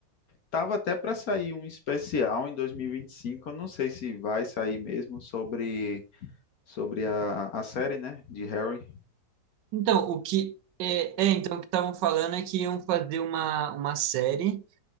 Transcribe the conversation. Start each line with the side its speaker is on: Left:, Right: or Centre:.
Left: Tava até para sair um especial em 2025, eu não sei se vai sair mesmo sobre sobre a, a série, né, de Harry.
Right: Então, o que é, é, então o que estavam falando é que iam fazer uma uma série